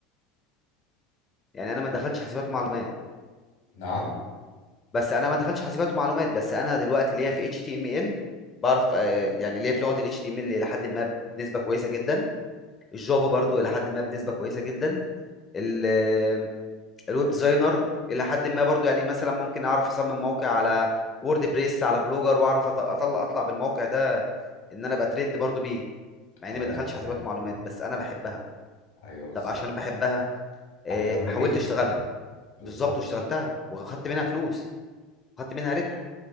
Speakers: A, on the left (about 20°); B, on the left (about 85°).
A: يعني انا ما دخلتش حاسبات ومعلومات
B: نعم
A: بس انا ما دخلتش حاسبات ومعلومات بس انا دلوقتي ليا في اتش تي ام ال بعرف آه، يعني ليا في لغه الاتش تي ام ال الى حد ما بنسبه كويسه جدا الجافا برضو الى حد ما بنسبه كويسه جدا ال- آه، الويب ديزاينر الى حد ما برضو يعني مثلا ممكن اعرف اصمم موقع على وورد بريس على بلوجر واعرف أط- اطلع اطلع بالموقع ده ان انا ابقى ترند برضو بيه مع اني
B: ايوه
A: ما دخلتش
B: انا فاهم
A: حاسبات ومعلومات
B: الكلام ده.
A: بس انا بحبها
B: ايوه بالظبط
A: طب عشان بحبها آه،
B: اهتم
A: حاولت
B: بيه
A: اشتغلها
B: بالظبط
A: بالظبط واشتغلتها واخدت منها فلوس واخدت منها ربح